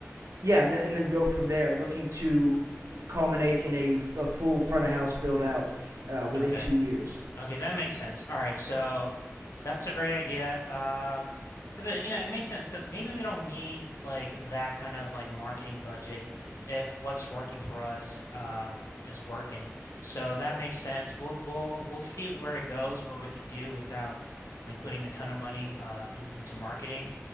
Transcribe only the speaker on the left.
Okay.
Okay, that makes sense. All right, so that's a great idea. Um, because it, you know, it makes sense because maybe we don't need like that kind of like marketing budget if what's working for us um is working. So that makes sense. We'll we'll we'll see where it goes, what we could do without like putting a ton of money uh in, into marketing.